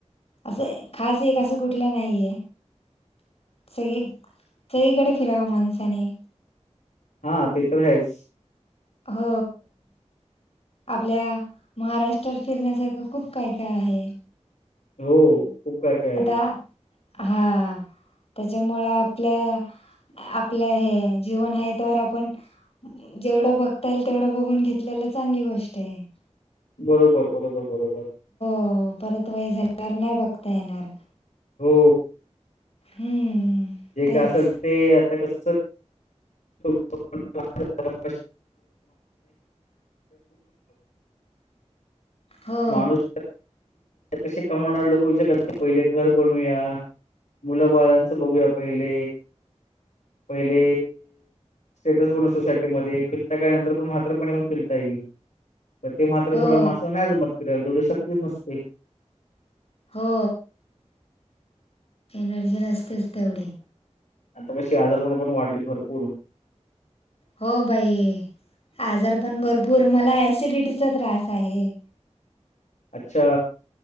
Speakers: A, on the left; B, on the left.
A: असं खास एक असं कुठलं नाहीये सगळीकडे फिरावं माणसाने
B: हा ते तर आहेच
A: हो आपल्या महाराष्ट्रात फिरण्यासारखं खूप काय काय आहे
B: हो खूप काय काय
A: आता
B: आहे
A: हा त्याच्यामुं आपल्या आपलं हे जीवन आहे त्यावर आपण जेवढं बघता येईल तेवढं बघून घेतलेला चांगली गोष्ट आहे
B: बरोबर बरोबर बरोबर
A: हो परत वय झाल्यावर नाही बघता येणार
B: हो
A: हम्म
B: जे
A: तेच
B: काय असेल ते आता कस हम्म
A: हो
B: माणुस कसे कमवणारे लोक विचारात की पहिले घर बनूया मुलं बालांचं बघूया पहिले पहिले स्टेटस बोलून सोसायटी मध्ये फिरता का नंतर पण मात्रपणे फिरता येईल पण ते मात्र
A: हो
B: झा मास नाही जमत कराेल तेवढी शक्तीच नसते
A: हो एनर्जी नसतेच तेवढी
B: आणिता कशीे हजार गुण पण वाढले भरपूर
A: हो भाई आजार पण भरपूर मला सिडिटीचा त्रास आहे
B: अच्छा